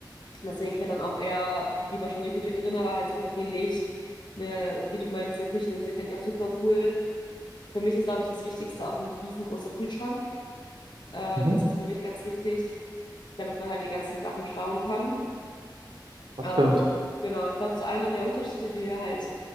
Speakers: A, on the left; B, on the right.
A: Deswegen, ich hätte dann auch eher lieber schon die Küche drin, aber halt super viel Licht. Ne, wie du meintest, eine Kücheninsel fände ich auch super cool. Für mich ist, glaube ich, das Wichtigste auch ein riesengroßer Kühlschrank. Äh,
B: Mhm.
A: das ist für mich ganz wichtig, damit man halt die ganzen Sachen schauen kann.
B: das
A: Ähm,
B: stimmt.
A: genau, ich glaube, so einer der Unterschiede, die wir halt